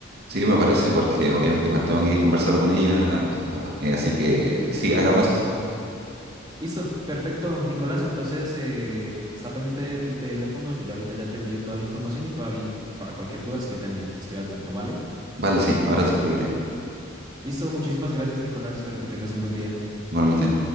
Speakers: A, on the right; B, on the right.
A: Sí, me parece, porque obviamente igual tengo que conversarlo con ella, <laughs> eh, así que sí, hagamos eso.
B: Listo, perfecto, Nicolás. Entonces, eh, está pendiente de tu teléfono. Yo ya ahorita ya te envío toda la información y para, y para cualquier duda estoy pendiente, estoy al tanto, ¿vale?
A: Vale, sí, ahora te escribiré,
B: Listo, muchísimas gracias, Nicolás. Espero que tengas un buen día.
A: igualmente.